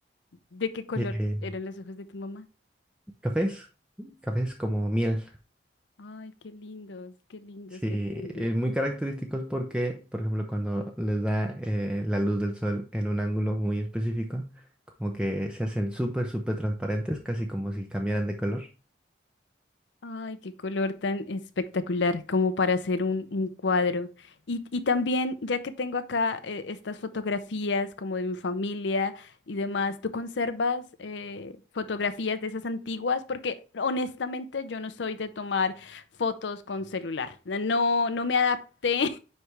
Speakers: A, on the left; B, in the centre.
A: ¿De qué color
B: Eh,
A: eran los ojos de tu mamá?
B: Cafés, cafés como miel.
A: Ay, qué lindos, qué lindos,
B: Sí,
A: qué lindos.
B: eh, muy característicos porque, por ejemplo, cuando les da eh, la luz del sol en un ángulo muy específico, como que se hacen súper, súper transparentes, casi como si cambiaran de color.
A: Ay, qué color tan espectacular, como para hacer un, un cuadro. Y, y también, ya que tengo acá eh, estas fotografías como de mi familia y demás, ¿tú conservas eh, fotografías de esas antiguas? Porque honestamente yo no soy de tomar fotos con celular. No, no me adapté <laughs>